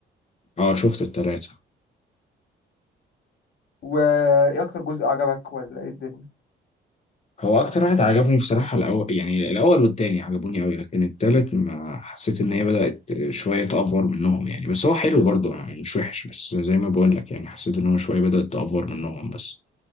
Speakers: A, on the left (about 35°); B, on the left (about 65°).
A: اه شفت التلاتة
B: وايه اكتر جزء عجبك ولا ايه الدنيا
A: هو اكتر واحد عجبني بصراحة الاول يعني الاول والتاني عجبوني قوي لكن التالت ما حسيت ان هي بدأت شوية تأفور منهم يعني بس هو حلو برضه يعني مش وحش بس زي ما بقول لك يعني حسيت ان هو شوية بدأت تأفور منهم بس